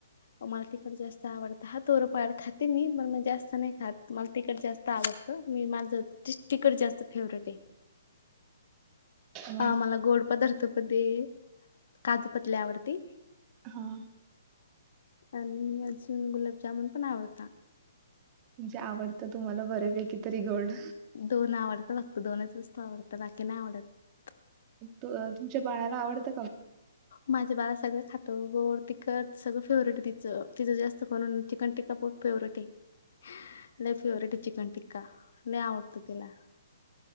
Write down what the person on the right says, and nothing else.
मग
होा
म्हणजे आवडतं तुम्हाला बरेपैकी तरी गोल्ड
तुमच्या बाणाला आवडत